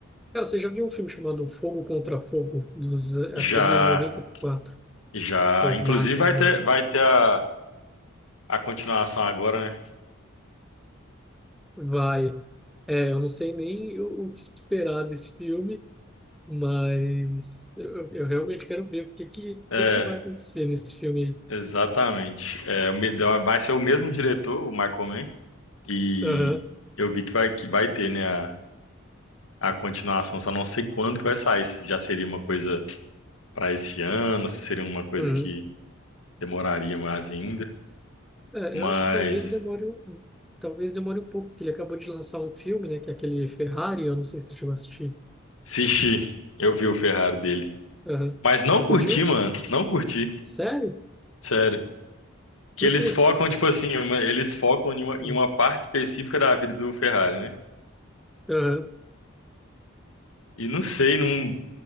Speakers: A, in the centre; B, on the left.
A: Cara, você já viu um filme chamado Fogo contra Fogo, dos, eh,
B: Já.
A: acho que é de 94?
B: Já,
A: Pô,
B: inclusive
A: massa
B: vai
A: demais.
B: ter, vai ter a, a continuação agora, né?
A: Vai. É, eu não sei nem o, o que esperar desse filme, mas eu, eu realmente quero ver o que, que,
B: É,
A: que, que vai acontecer nesse filme. aí.
B: exatamente. É, o me- vai ser o mesmo diretor, o Michael Mann, e
A: Aham,
B: eu vi que vai, que vai ter, né, a, a continuação, só não sei quando que vai sair, se já seria uma coisa para esse ano, se seria uma coisa
A: uhum.
B: que demoraria mais ainda.
A: É,
B: Mas,
A: eu acho que talvez demore, um- talvez demore um pouco, porque ele acabou de lançar um filme, né, que é aquele Ferrari, eu não sei se você chegou a assistir.
B: <laughs> Sishi, eu vi o Ferrari dele.
A: Aham.
B: Mas não
A: Você
B: curti,
A: curtiu?
B: mano, não curti,
A: Sério?
B: sério. Que
A: Por
B: eles
A: quê?
B: focam, tipo assim, uma- eles focam em uma, em
A: Uhum.
B: uma parte específica da vida do Ferrari, né?
A: Aham,
B: E não sei, não,